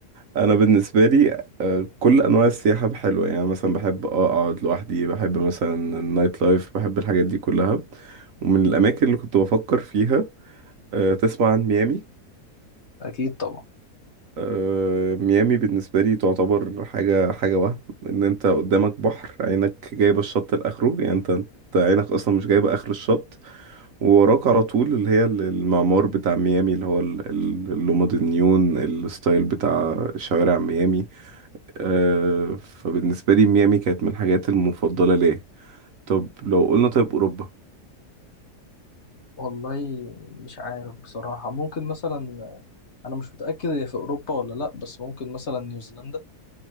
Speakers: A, on the right; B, on the left.
A: انا بالنسبة لي آه، كل انواع السياحة حلوة يعني مثلا بحب آه، اقعد لوحدي بحب مثلا النايت لايف بحب الحاجات دي كلها ومن الاماكن اللي كنت بفكر فيها آه، تسمع عن ميامي
B: اكيد طبعا
A: آه، ميامي بالنسبة لي تعتبر حاجة حاجة وهم ان انت قدامك بحر عينك جايبة الشط لاخره يعني انت أنت عينك اصلا مش جايبة اخر الشط ووراك على طول اللي هي ال- المعمار بتاع ميامي اللي هو ال- ال- اللومد النيون الستايل بتاع شوارع ميامي آه، فبالنسبة لي ميامي كانت من الحاجات المفضلة ليا طب لو قلنا طيب اوروبا
B: والله مش عارف بصراحة ممكن مثلا أنا مش متأكد هي في أوروبا ولا لأ بس ممكن مثلا نيوزيلندا